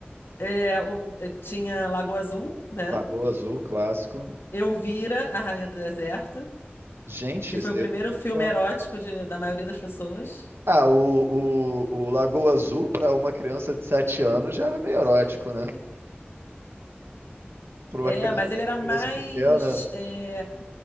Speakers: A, on the left; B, on the right.
A: É, o- é, tinha Lagoa Azul, né?
B: Lagoa Azul, clássico.
A: Elvira, A Rainha do Deserto,
B: Gente,
A: que
B: esse
A: foi o
B: daí
A: primeiro
B: eu não tô
A: filme
B: ligado.
A: erótico de- da maioria das pessoas.
B: Ah, o, o, o Lagoa Azul para uma criança de 7
A: Lagoa
B: anos
A: Azul.
B: já era meio erótico, né? Para
A: É,
B: uma criança,
A: mas ele era
B: pra criança
A: mais
B: pequena.
A: eh,